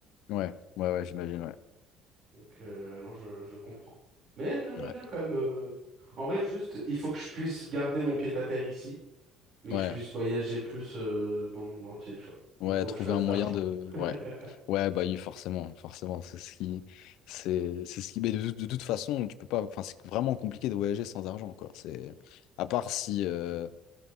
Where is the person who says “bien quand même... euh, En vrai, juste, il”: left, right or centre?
Right